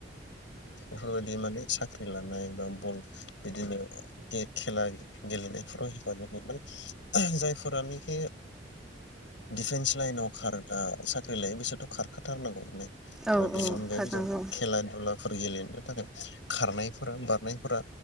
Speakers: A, on the left; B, in the centre.
A: बेफोरबायदि माने साख्रि लानाय बा बल बिदिनो खेला गेलेनायफोराव हेफाजाब होगोन माने जायफोरानोखि डिफेन्स लाइनावार साख्रि लायो बिसोरथ' खारखाथारनांगौ माने आरो
B: औ
A: बेनि
B: औ
A: अनगायैबो
B: खारनांगौ
A: जों खेला दुलाफोर गेलेनो थाखाय खारनायफोरा बारनायफोरा